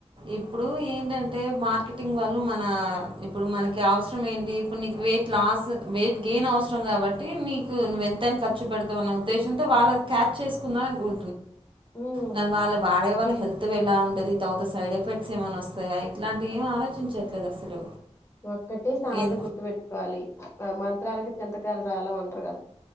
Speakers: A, on the right; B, on the left.
A: ఇప్పుడు ఏంటంటే మార్కెటింగ్ వాళ్ళు మన ఇప్పుడు మనకి అవసరం ఏంటి ఇప్పుడు నీకు వెయిట్ లాస్ వెయిట్ గెయిన్ అవసరం కాబట్టి నీకు నువ్ ఎంతనా ఖర్చు పెడతా అన్న ఉద్దేశంతో వాళ్ళది క్యాచ్ చేసు కున్నాకు
B: ఉమ్
A: కానీ వాళ్ళు వాడే వాళ్ళ హెల్త్ వేళలా ఉంటది సైడ్ ఎఫెక్ట్స్ ఏమైన్నా వస్తాయా ఇట్లాంటి ఏం ఆలోచించట్లేదు అసలు
B: ఒక్కటే సామత
A: ఏ
B: గుర్తు పెెట్టుకోవాలి ఆ మంత్రాలకు చెంత రాలం అంటారుగా